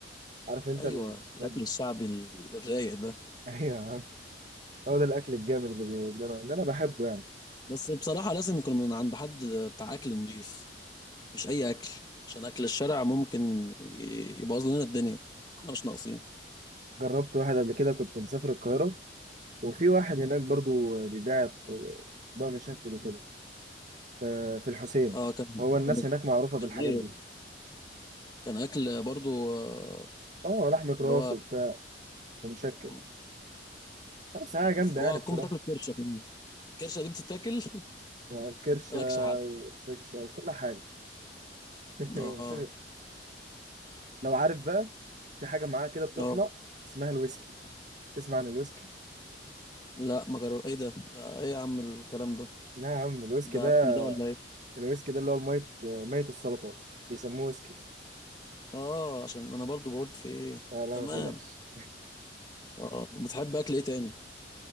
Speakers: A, on the right; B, on the left.
A: عارف أنت
B: ايوه
A: ال...
B: الاكل
A: <laughs>
B: الشعبي ال- الرايق ده
A: أيوة يا عم. هو ده الأكل الجامد اللي, بي... اللي أنا اللي أنا بحبه يعني
B: بس بصراحه لازم يكون من عند حد بتاع اكل نضيف مش اي اكل عشان اكل الشارع ممكن ي- يبوظ لنا الدنيا واحنا مش ناقصين
A: جربت واحد قبل كده كنت مسافر القاهرة وفي واحد هناك برضه بيبيع طبق مشكل وكده ف- في الحسين
B: اه كان
A: هو الناس
B: كان
A: هناك معروفة بالحاجات
B: كان ايه
A: دي
B: كان اكل برضو آه،
A: اه لحمة راس
B: اللي
A: وبتاع ومشكل
B: هو
A: بس حاجة جامدة
B: بت- وهتكون
A: يعني بصراحة
B: بتاكل الكرشه كمان الكرشه دي بتتاكل <laughs>
A: يعني كرشة
B: مالكش حل
A: وفشة وكل حاجة <laughs>
B: اه
A: بس لو عارف بقى في حاجة معاه كده بتطلع
B: اه
A: اسمها الويسكي تسمع عن الويسكي؟
B: لا ما جرب ايه ده ده ايه يا عم الكلام ده
A: لا يا عم الويسكي
B: ده
A: ده
B: اكل ده ولا ايه
A: الويسكي ده اللي هو مية مية السلطات بيسموه ويسكي
B: اه عشان انا برضو بقول في ايه
A: لا لا
B: تمام
A: ما تقلقش
B: اه بتحب اكل ايه تاني